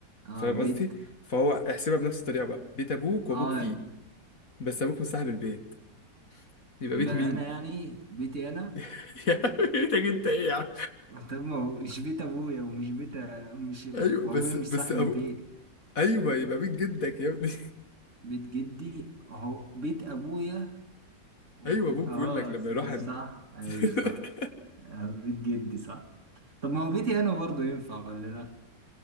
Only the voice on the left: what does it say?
فاهم
قصدي؟ فهو احسبها بنفس الطريقه بقى بيت ابوك
وابوك فيه بس ابوك مش صاحب البيت يبقى
بيت مين؟
<laughs> يا عم بيتك انت ايه يا عم؟
ايوه
بس
بس
ابو
ايوه يبقى بيت جدك يا ابني
<laughs>
ايوه ابوك
بيقول لك لما يروح
عند
<laughs>